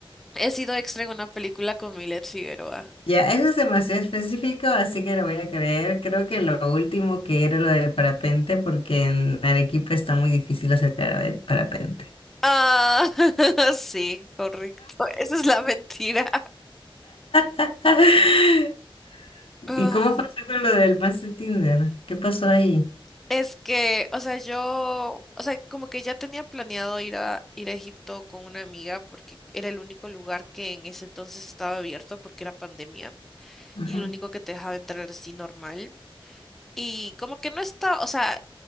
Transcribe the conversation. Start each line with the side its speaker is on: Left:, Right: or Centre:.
Centre: He sido extra en una película con Milet Figueroa.
Left: Ya, eso es demasiado específico, así que lo voy a creer. Creo que lo último que era lo del parapente, porque en Arequipa está muy difícil acercar el parapente.
Centre: Ah, <laughs> sí, correcto. Esa es la mentira.
Left: <laughs> ¿Y
Centre: Ah,
Left: cómo pasó
Centre: <laughs>
Left: con lo del match de Tinder? ¿Qué pasó ahí?
Centre: Es que, o sea, yo, o sea, como que ya tenía planeado ir a ir a Egipto con una amiga porque era el único lugar que en ese entonces estaba abierto porque era pandemia
Left: Ajá,
Centre: y el único que te dejaba entrar así normal. Y como que no está, o sea,